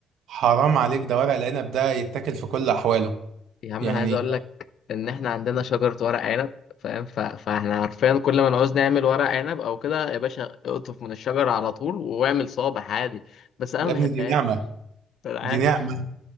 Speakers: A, on the right; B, on the left.
A: حرام عليك ده ورق العنب ده يتاكل في كل احواله
B: يا عم
A: يعني
B: انا عايز اقول لك ان احنا عندنا شجرة ورق عنب فاهم ف... فاحنا عارفين كل ما نعوز نعمل ورق عنب او كده يا باشا اقطف من الشجرة على طول واعمل صابع عادي بس انا
A: يا
B: ما بحبهاش
A: ابني دي نعمه
B: انا عارف
A: دي نعمه